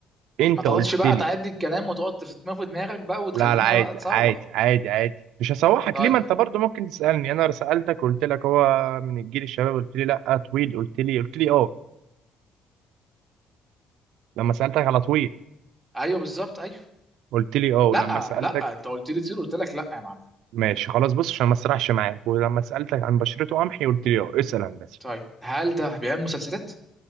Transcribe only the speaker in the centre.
ما تقعدش
بقى
تعدي الكلام وتقعد في دماغ في دماغك بقى وتخلينا
لا تسوح
طيب
أيوه بالظبط أيوه
لا
لا أنت قلت لي تصير قلت لك لا يا معلم
قلت
طيب هل ده بيعمل مسلسلات؟